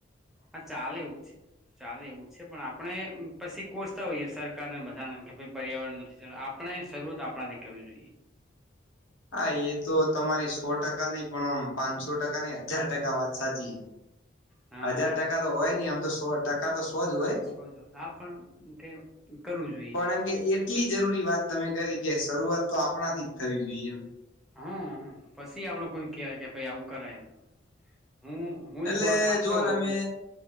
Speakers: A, in the centre; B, on the left (about 80°).
A: હા ચાલે એવું જ છે ચાલે એવું છે પણ આપડણે પછી કોચતા. સરકારને બધા કે ભ પર્યાવરણ નથી આપણે શરૂઆત આપણાથી કરવી જોઈએ.
B: હા એ તો તમારી સો ટકા નહી પણ આમ પાંચસો ટકા નની હજાર ટકા વાત સાચી
A: હા
B: હજાર ટકા તો હોય નઈ આમ તો સો ટકા તો સોજ હોય.
A: ઓછો આ પણ કે કરું છે.
B: પણ એમ કે એટલી જરૂરી વાત તમે કરી કે શરૂઆત તો આપણાથી જ થવી જોઈએ એમ.
A: હમ્મ પછી આપડું કોઈ કહેવાય કે પાઈ આવું કરે એમ. હું હું
B: એટલે
A: જ ગોળ ખાતો
B: જુઓ ને
A: હોવ.
B: અમે